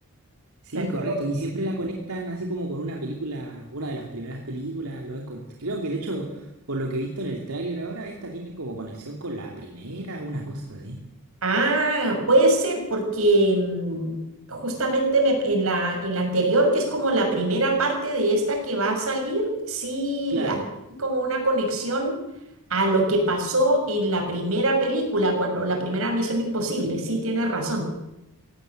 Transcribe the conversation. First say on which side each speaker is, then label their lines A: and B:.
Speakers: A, on the right; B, on the right.
A: sí,
B: la
A: correcto.
B: que- no.
A: Y siempre la conectan así como con una película, una de las primeras películas. Lo ven con- Creo que de hecho, por lo que he visto en el tráiler ahora, esta tiene como conexión con la primera, una cosa así.
B: Ah, puede ser porque mm, justamente me- en la, en la anterior, que es como la primera parte de esta que va a salir, sí
A: Claro.
B: hay como una conexión a lo que pasó en la primera película, cuando la primera Misión Imposible. Sí, tienes razón.